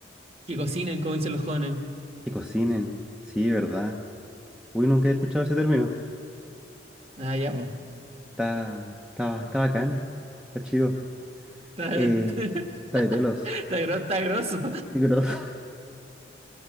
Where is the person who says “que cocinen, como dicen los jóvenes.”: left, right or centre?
Right